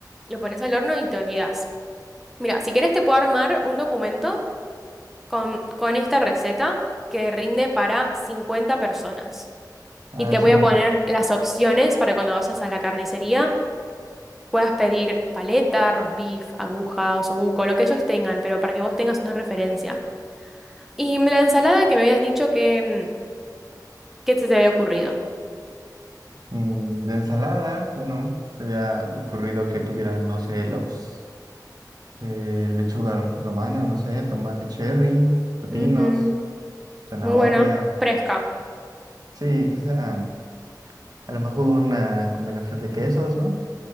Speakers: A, in the centre; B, on the right.
A: lo pones al horno y te olvidás. Mira, si querés te puedo armar un documento con, con esta receta que rinde para 50 personas.
B: Ah,
A: Y te
B: sí,
A: voy
B: me
A: a poner
B: interesa.
A: las opciones para cuando vayas a la carnicería. Puedas pedir paleta, roast beef, aguja, osobuco, lo que ellos tengan, pero para que vos tengas una referencia. Y la ensalada que me habías dicho que, mm, que te, te había ocurrido.
B: Mm, De ensalada, bueno, se había ocurrido que tuviera, no sé, los eh, lechuga romana, no sé, tomate cherry, pepinos,
A: Ujú,
B: zanahoria.
A: Muy bueno, fresca.
B: Sí, que sea mm, a lo mejor una combinación de quesos, ¿no?